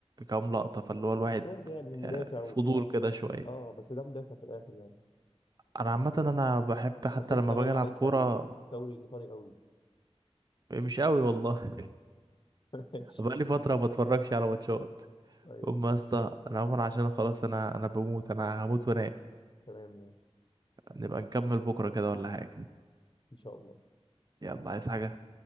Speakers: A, on the right; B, on the left.
A: كام لقطه فاللي هو الواحد
B: بس برضه يعني مدافع
A: آه،
B: وبتاع
A: فضول
B: ف
A: كده شويه
B: اه بس ده مدافع في الاخر يعني
A: انا عامه انا بحب حتى
B: بس انت
A: لما
B: باين
A: باجي العب
B: عليك
A: كوره
B: يعني دوري ايطالي قوي
A: مش قوي والله
B: <laughs>
A: <laughs>
B: ماشي
A: بقالي فتره ما بتفرجش على ماتشات
B: طيب
A: قوم
B: ماشي
A: يا اسطى انا عمر عشان خلاص انا انا بموت انا هموت وانام
B: تمام ماشي
A: نبقى نكمل بكره كده ولا حاجه
B: ان شاء الله
A: يلا عايز حاجه